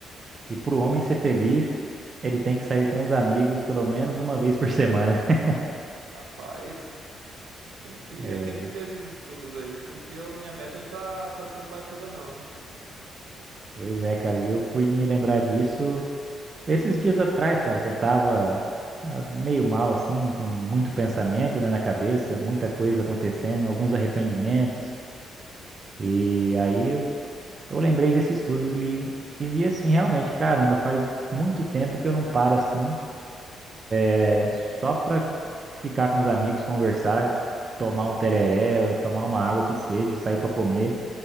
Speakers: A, on the right (about 35°); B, on the right (about 80°).
A: que para o homem ser feliz, ele tem que sair com os amigos pelo menos uma vez por semana. <laughs>
B: Rapaz, tem que,
A: É,
B: eu tenho que ver esses estudos aí, porque eu- minha meta não tá, tá sendo batida não, hein?
A: pois é, cara. E eu fui me lembrar disso esses dias atrás, cara, que eu tava. ah, Meio mal, assim, com muito pensamento, né, na cabeça, muita coisa acontecendo, alguns arrependimentos. E aí Eu lembrei desse estudo e, e, vi assim, realmente, caramba, faz muito tempo que eu não paro assim, é, só pra ficar com os amigos, conversar, tomar um tereré, tomar uma água que seja, sair pra comer,